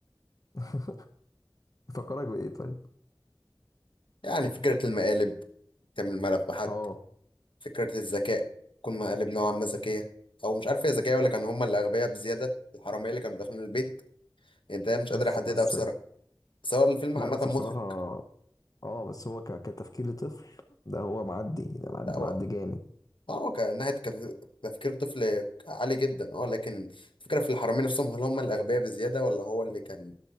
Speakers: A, on the left; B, on the left.
A: <laughs> بيفكرك بايه طيب
B: يعني فكره المقالب تعمل ملف بحد
A: اه
B: فكره الذكاء تكون مقالب نوعا ما ذكيه او مش عارف هي ذكيه ولا كان هما اللي اغبياء بزياده الحراميه اللي كانوا داخلين البيت يعني ده مش
A: بس
B: قادر احددها
A: بس
B: بصراحه بس هو الفيلم
A: لا
B: عامه
A: بس
B: مضحك
A: بصراحه اه بس هو ك- كتفكير لطفل ده هو معدي ده معدي
B: لا هو
A: معدي جامد
B: اه هو كان ناحية كف- تفكير طفل عالي جدا اه لكن الفكرة في الحرامية نفسهم هل هم الأغبياء بزيادة ولا هو اللي كان